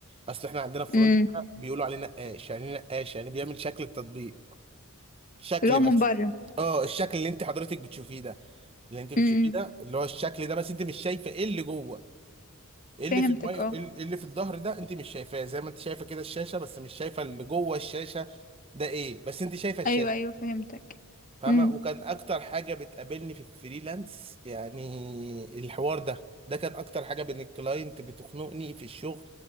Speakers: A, on the right; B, on the left.
A: اصل احنا عندنا فرونت
B: امم
A: ده بيقولوا عليه نقاش يعني إيه نقاش يعني بيعمل شكل التطبيق شكل
B: اللي هو من
A: بس
B: بره
A: اه الشكل اللي انت حضرتك بتشوفيه ده اللي انت بتشوفيه
B: امم
A: ده اللي هو الشكل ده بس انت مش شايفه ايه اللي جوه إيه
B: فهمتك
A: اللي في الميه
B: اه
A: إيه اللي في الظهر ده انت مش شايفاه زي ما انت شايفه كده الشاشه بس مش شايفه اللي جوه الشاشه ده ايه بس انت شايفه الشاشه
B: ايوه ايوه فهمتك
A: فاهمه
B: امم
A: وكان اكتر حاجه بتقابلني في الفريلانس يعني الحوار ده ده كان اكتر حاجه بين الكلاينت بتخنقني في الشغل